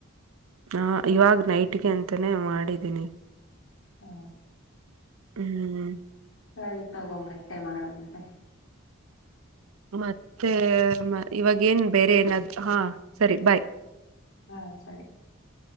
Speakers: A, on the right (about 85°); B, on the left (about 70°).
A: ಹಾ ಇವಾಗ ನೈಟ್ಗೆ ಅಂತಾನೇ ಮಾಡಿದ್ದೀನಿ
B: ಹಾ
A: ಹ್ಮ್
B: ಸರಿ ತಗೋ ಮತ್ತೆ ಮಾಡುವಂತೆ
A: ಮತ್ತೆ ಇವಾಗೇಏನ್ ಬೇರೆ ಏನಾದ ಹಾ ಸರಿ ಬಾಯ್
B: ಹಾ ಸರಿ